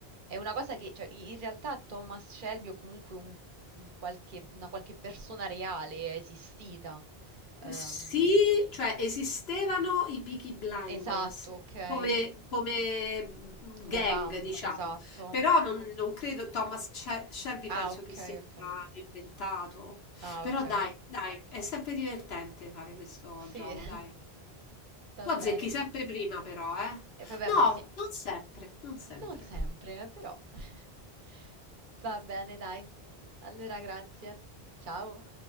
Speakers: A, on the right; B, on the left.
A: è una cosa che, cioè, in realtà Thomas Shelby o comunque un- un qualche- una qualche persona reale è esistita. Ehm,
B: Sì, cioè esistevano i Peaky Blinders
A: esatto, ok.
B: come, come mhmm,
A: Come
B: gang,
A: banda,
B: diciamo,
A: esatto.
B: però non, non credo Thomas Sha- Shelby
A: Ah,
B: penso
A: ok,
B: che sia
A: ok.
B: inventato.
A: Ah,
B: Però
A: ok.
B: dai, dai, è sempre divertente fare questo
A: Sì,
B: gioco,
A: <laughs>
B: dai.
A: va
B: Tu
A: bene.
B: azzecchi sempre prima però, eh?
A: E vabbè,
B: No,
A: ma sì,
B: non sempre, non sempre.
A: non sempre, eh, però. <laughs> Va bene, dai. Allora, grazie. Ciao.